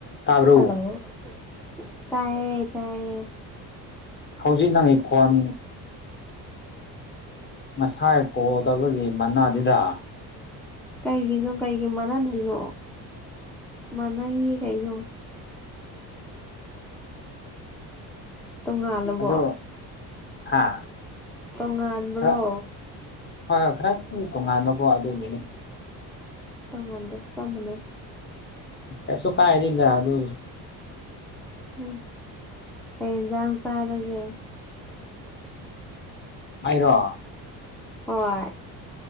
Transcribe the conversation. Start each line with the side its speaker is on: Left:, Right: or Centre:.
Left: <inaudible> ꯇꯥꯕꯔꯣ
Centre: ꯍꯜꯂꯣ ꯇꯥꯏꯌꯦ ꯇꯌꯦ
Left: ꯍꯧꯖꯤꯛ ꯅꯉꯩ ꯈꯣꯟ
Centre: ꯍ <unintelligible> <inaudible>
Left: ꯉꯁꯥꯏ ꯀꯣꯗꯕꯒꯤ ꯃꯅꯥꯗꯤꯗ
Centre: ꯀꯩꯒꯤꯅꯣ ꯀꯩꯒꯤ ꯃꯥꯟꯅꯗ꯭ꯔꯤꯅꯣ ꯃꯥꯟꯅꯩꯌꯦ ꯀꯩꯅꯣ ꯇꯨꯡꯉꯜꯂꯕꯣ
Left: ꯑꯗꯨ ꯍꯥ
Centre: ꯇꯣꯉꯥꯟꯕ꯭ꯔꯣ
Left: ꯈꯔ ꯍꯣꯏ ꯍꯣꯏ ꯈꯔ ꯇꯣꯉꯥꯟꯕꯀꯣ ꯑꯗꯨꯒꯤꯅꯤ
Centre: ꯇꯉꯥꯟꯗꯦ ꯆꯃꯅꯦ
Left: ꯀꯁꯨ ꯀꯥꯏꯔꯤꯗ ꯑꯗꯨ
Centre: ꯎꯝ ꯍꯖ ꯐꯔꯒꯦ <unintelligible>
Left: ꯍꯥꯏꯔꯣ
Centre: ꯍꯣꯏ